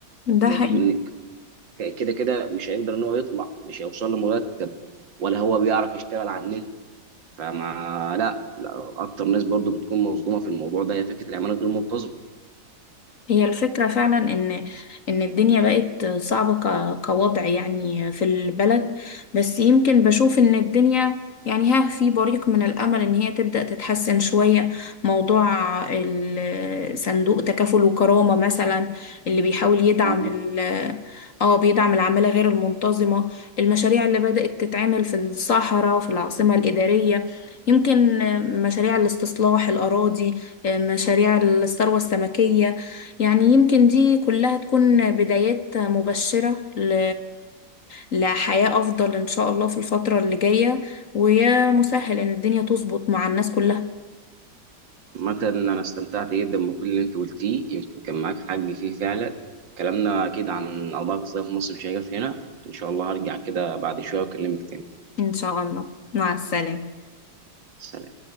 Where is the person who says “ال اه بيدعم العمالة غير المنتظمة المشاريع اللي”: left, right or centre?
Left